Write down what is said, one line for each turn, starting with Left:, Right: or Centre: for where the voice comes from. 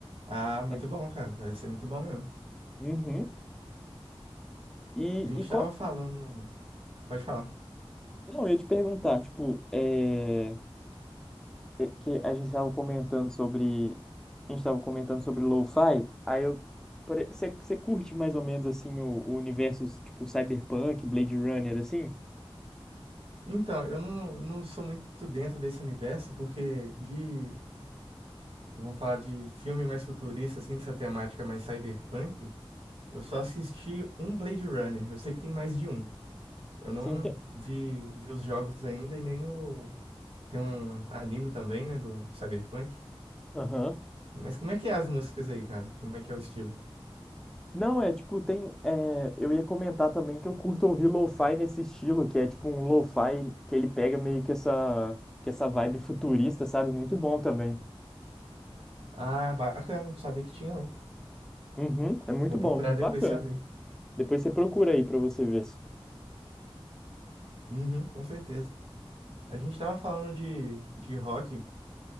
Right: Ah, muito
Centre: mas-
Right: bom, cara. Parece ser muito bom mesmo.
Centre: Uhum. E,
Right: A gente
Centre: e
Right: estava
Centre: qual...
Right: falando. Pode falar.
Centre: Não, eu ia te perguntar, tipo, é... é que a gente estava comentando sobre a gente estava comentando sobre lo-fi, aí eu você curte mais ou menos assim o, o universo tipo Cyberpunk, Blade Runner assim?
Right: Então, eu não, não sou muito dentro desse universo, porque de. Vamos falar de filme mais futurista, assim, dessa temática mais cyberpunk. Eu só assisti um Blade Runner. Eu sei que tem mais de um. Eu não
Centre: Sim, tem.
Right: vi, vi os jogos ainda e nem o. Tem um anime também, né, do cyberpunk.
Centre: Aham.
Right: Mas como é que é as músicas aí, cara? Como é que é o estilo?
Centre: Não, é tipo, tem. é, eu ia comentar também que eu curto ouvir lo-fi nesse estilo, que é tipo um lo-fi que ele pega meio que essa, que essa vibe futurista, sabe? Muito bom também.
Right: Ah, bacana, não sabia que tinha, não.
Centre: Uhum, é muito
Right: Vou
Centre: bom,
Right: procurar
Centre: muito
Right: depois
Centre: bacana.
Right: saber.
Centre: Depois você procura aí pra você ver.
Right: Uhum, com certeza. A gente tava falando de, de rock.